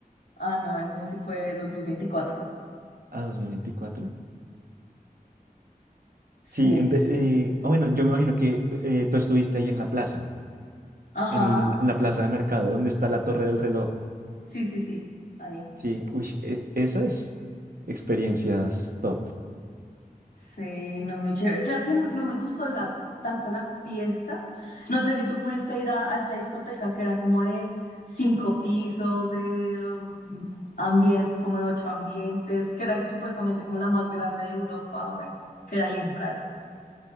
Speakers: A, on the left (about 75°); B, on the right (about 70°).
A: Ah, no, el mío sí fue 2024.
B: a dos mil veinticuatro
A: Sí.
B: Sí, ente- eh, ah, bueno, yo me imagino que eh, tú estuviste ahí en la plaza,
A: Ajá.
B: en, en la plaza de mercado, donde está la torre del reloj.
A: Sí, sí, sí. Ahí.
B: Sí, uy, e- esa es experiencias top.
A: Sí, no, muy chévere. Claro que no me gustó la, tanto la fiesta. No sé si tú pudiste ir a, a esa discoteca que era como de cinco pisos, de um, ambien- como de ocho ambientes, que era que supuestamente como la más grande de Europa, bueno, que era ahí en Praga.